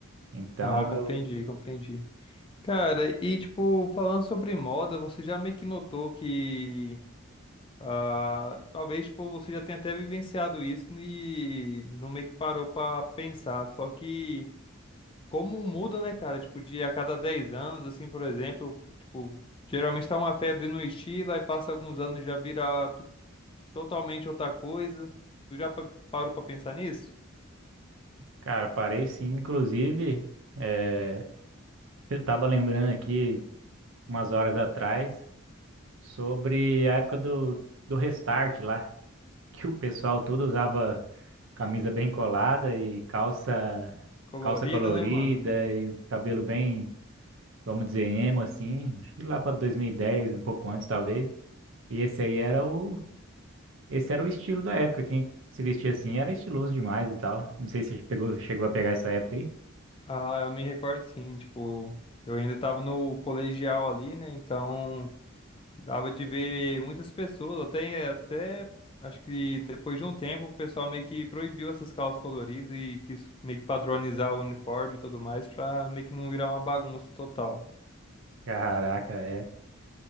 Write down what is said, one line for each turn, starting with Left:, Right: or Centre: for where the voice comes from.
Right: Então,
Left: Ah, compreendi,
Right: eu,
Left: compreendi. Cara, e, tipo, falando sobre moda, você já meio que notou que Ah, talvez tipo, você já tenha até vivenciado isso e não meio que parou pra pensar. Só que como muda, né, cara? Tipo, de a cada 10 anos, assim, por exemplo, tipo, geralmente tá uma febre no estilo, aí passa alguns anos já vira to- totalmente outra coisa. Tu já pa- parou pra pensar nisso?
Right: cara, parei sim. Inclusive, é, eu tava lembrando aqui, umas horas atrás, sobre a época do, do restart lá. que o pessoal todo usava camisa bem colada e calça
Left: Colorida,
Right: calça colorida
Left: né, mano?
Right: e cabelo bem, vamos dizer, emo assim, acho que lá para 2010, um pouco antes talvez. E esse aí era o esse era o estilo da época, quem se vestia assim era estiloso demais e tal. Não sei se você pegou, chegou a pegar essa época aí.
Left: Ah, eu me recordo sim, tipo, eu ainda tava no colegial ali, né? Então. Dava de ver muitas pessoas, até, até acho que depois de um tempo o pessoal meio que proibiu essas calças coloridas e quis meio que padronizar o uniforme e tudo mais pra meio que não virar uma bagunça total.
Right: Caraca, é,